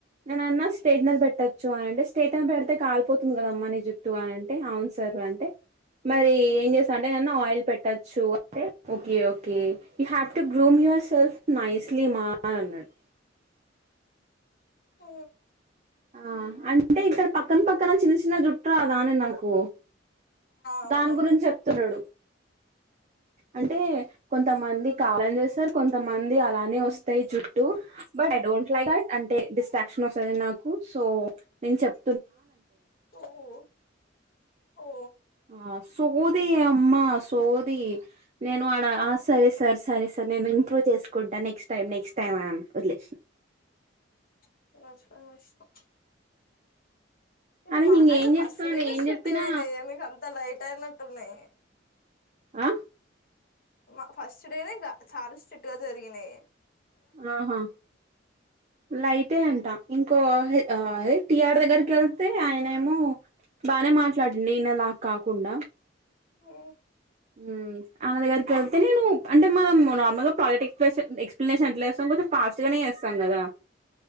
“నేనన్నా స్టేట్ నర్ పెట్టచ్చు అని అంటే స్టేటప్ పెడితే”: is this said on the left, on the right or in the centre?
Right